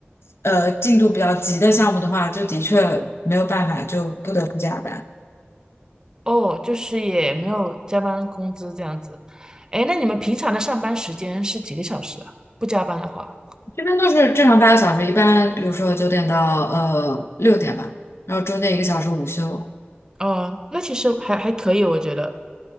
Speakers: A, on the left; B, on the right.
A: 呃，进度比较急的项目的话，就的确没有办法，就不得不加班。
B: 哦，就是也没有加班工资这样子。哎，那你们平常的上班时间是几个小时啊？不加班的话，
A: 这边都是正常八个小时，一般比如说九点到呃六点吧，然后中间一个小时午休。
B: 嗯，那其实还还可以，我觉得。